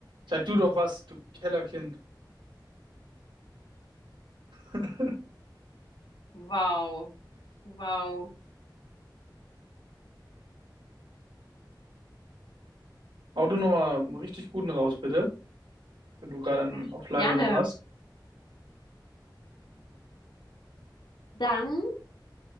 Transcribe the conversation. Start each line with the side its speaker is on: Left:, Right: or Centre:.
Right: sag du doch was, du Kellerkind. <laughs>
Left: Wow, wow.
Right: Hau du nochmal einen richtig guten raus, bitte. Wenn du gerade einen
Left: Ach,
Right: auf Lager
Left: gerne.
Right: noch hast.
Left: Dann